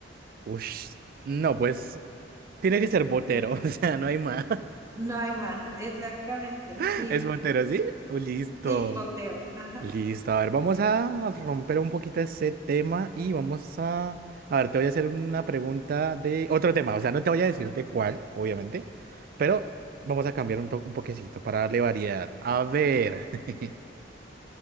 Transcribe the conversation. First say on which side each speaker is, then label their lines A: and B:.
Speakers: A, on the right; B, on the right.
A: Ush. No, pues. Tiene que ser Botero, <laughs> o sea, no hay más.
B: No hay más, exactamente,
A: <laughs>
B: sí,
A: ¿Es Botero, sí? Oh, Listo.
B: sí, Botero, ajá.
A: Listo. A ver, vamos a romper un poquito ese tema y vamos a... A ver, te voy a hacer una pregunta de otro tema. O sea, no te voy a decir de cuál, obviamente, pero vamos a cambiar un, to- un poquecito para darle variedad. A ver. <laughs>